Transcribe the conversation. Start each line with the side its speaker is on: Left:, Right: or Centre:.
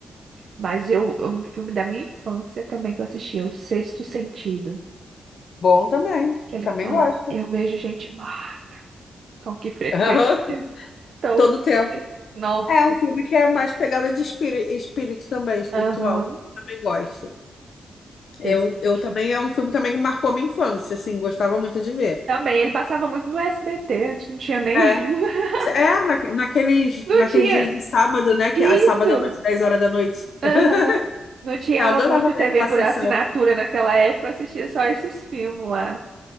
Right: Mas eu, é um filme da minha infância também que eu assisti, é O Sexto Sentido.
Left: Bom também.
Right: Que ele
Left: Também
Right: fala,
Left: gosto.
Right: eu vejo gente morta <laughs> com que frequência
Left: Aham,
Right: todo.
Left: Todo tempo.
Right: dia." Nossa.
Left: É um filme que é mais pegada de espírito, espírito também, espiritual.
Right: Aham.
Left: Também gosto. Eu,
Right: Sexto Sentido.
Left: eu também, é um filme também que marcou minha infância, assim, gostava muito de ver.
Right: Também, ele passava muito no SBT, antes não tinha nem.
Left: é
Right: <laughs>
Left: É, na- naqueles,
Right: Não
Left: naqueles
Right: tinha.
Left: dias de sábado, né? Que
Right: Isso!
Left: a sábado à noite, 10 horas da noite. <laughs>
Right: Aham. Não tinha
Left: Eu adorava
Right: muito TV
Left: ver aquela
Right: por
Left: sessão.
Right: assinatura naquela época, eu assistia só esses filmes lá.